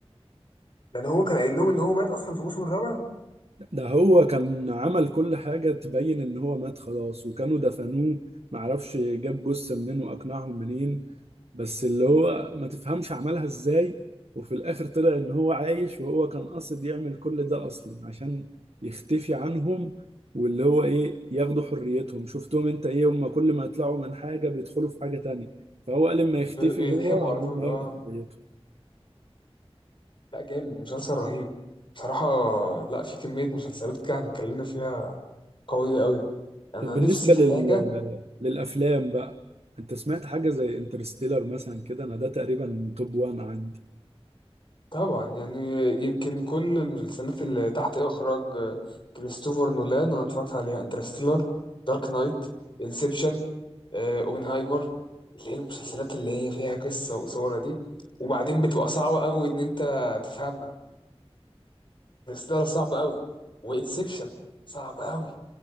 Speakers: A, on the left (about 50°); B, on the right (about 75°).
A: يعني هو كان قايل لهم ان هو مات اصلا في الموسم الرابع
B: ده هو كان عمل كل حاجة تبين ان هو مات خلاص وكانوا دفنوه معرفش جاب جثة منين واقنعهم منين بس اللي هو ما تفهمش عملها ازاي وفي الاخر طلع ان هو عايش وهو كان قاصد يعمل كل ده اصلا عشان يختفي عنهم واللي هو ايه ياخدوا حريتهم شفتهم انت ايه هم كل ما يطلعوا من حاجة بيدخلوا في حاجة تانية فهو قال لما يختفي
A: يلحموا
B: هو
A: على
B: هم
A: طول
B: هياخدوا
A: اه
B: حريتهم
A: لا جامد مسلسل رهيب بصراحة لا في كمية مسلسلات كده احنا اتكلمنا فيها قوية قوي أنا
B: طب بالنسبة
A: نفسي في
B: لل...
A: حاجة
B: للأفلام بقى انت سمعت حاجة زي انترستيلر مثلا كده انا ده تقريبا توب وان عندي
A: طبعا يعني يمكن كل المسلسلات اللي تحت إخراج كريستوفر نولان أنا اتفرجت عليها انترستيلر دارك نايت انسبشن اوبنهايمر اللي هي المسلسلات اللي هي فيها قصة وصورة دي وبعدين بتبقى صعبة قوي إن أنت تفهمها انترستيلر صعب قوي وانسبشن صعب قوي